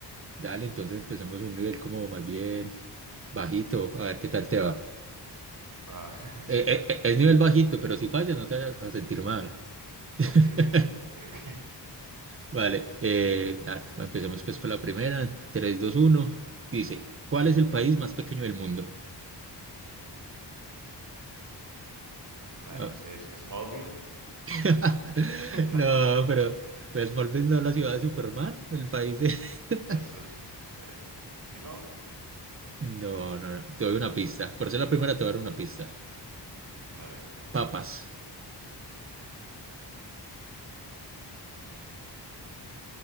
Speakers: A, on the right; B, on the right.
A: Dale, entonces empecemos un nivel como más bien bajito, a ver qué tal te va.
B: Ah, <laughs> sí,
A: Eh,
B: claro.
A: eh, eh, es nivel bajito, pero si fallas no te vayas a sentir mal. <laughs>
B: Ok, ok, ok, ok.
A: Vale, eh, da- empecemos pues con la primera. Tres, dos, uno. Dice, ¿cuál es el país más pequeño del mundo?
B: <laughs> Ay,
A: Ah.
B: no sé, ¿es Smallville?
A: <laughs>
B: <laughs> No,
A: No, pero pues, Smallville no es la ciudad de Superman, el país de... <laughs>
B: eso es, pues, eh, ¿sí no?
A: No, no, no, te doy una pista. Por eso la primera te voy a dar una pista.
B: A ver,
A: Papas.
B: mm,